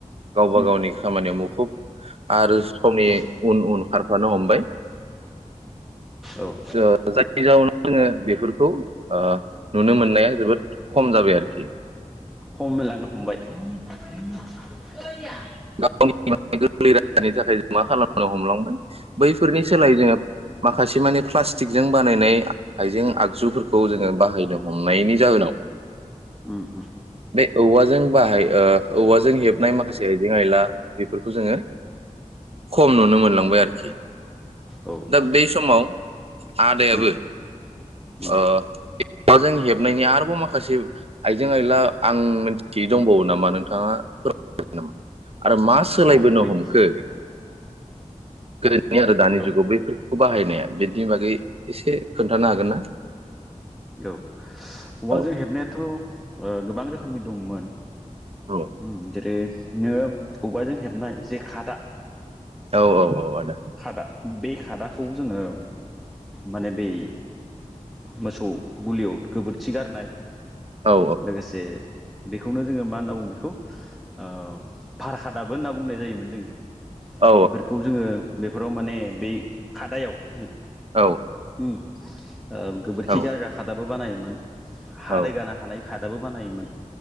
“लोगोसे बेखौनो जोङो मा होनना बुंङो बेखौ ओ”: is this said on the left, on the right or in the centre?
Centre